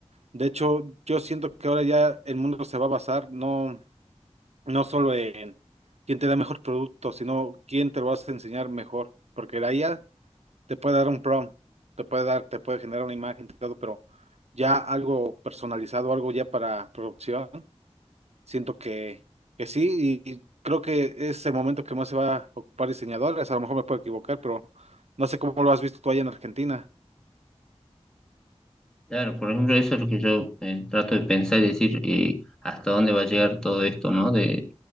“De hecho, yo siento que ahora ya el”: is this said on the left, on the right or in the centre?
Right